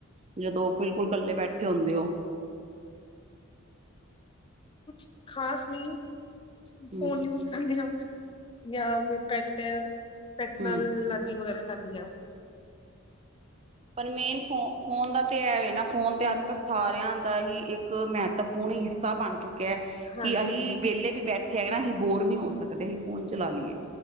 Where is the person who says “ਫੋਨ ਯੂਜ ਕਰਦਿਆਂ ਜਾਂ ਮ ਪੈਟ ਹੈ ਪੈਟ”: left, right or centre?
Left